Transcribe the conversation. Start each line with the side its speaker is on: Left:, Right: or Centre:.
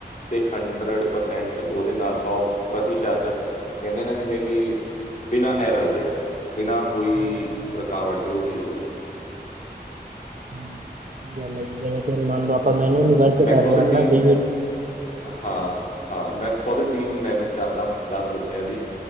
Left: ਤੇ ਹੰਡਰਡ ਪਰਸੈਂਟ ਉਹਦੇ ਨਾਲ, ਸੌ-ਪ੍ਰਤੀਸ਼ਤ ਕਹਿੰਦੇ ਨੇ ਜਿਵੇਂ ਕਿ, ਬਿਨਾਂ ਐਰਰ ਦੇ ਬਿਨਾਂ ਕੋਈ
Right: ਹਾਂਜੀ ਜਿਹੜਾ ਹਾਂਜੀ
Left: ਰੁਕਾਵਟ ਦੇ ਉਹ ਚੀਜ਼ ਹੋ ਜਾਣੀ।
Right: <unintelligible> ਮੰਨਲੋ ਆਪ ਮੈਨੂੰ ਨ ਨਹੀਂ ਵਰਕ
Left: ਮੈਂ
Right: ਕਰ
Left: ਖੁਦ
Right: ਰਿਹਾ
Left: ਟੀਮ
Right: ਹੈ ਕੋਈ
Left: ਹਾਂ ਹਾਂ ''ਮੈਂ ਖੁਦ ਟੀਮ ਮੈਨੇਜ ਕਰਦਾ ਦਸ ਬੱਚਿਆਂ ਦੀ।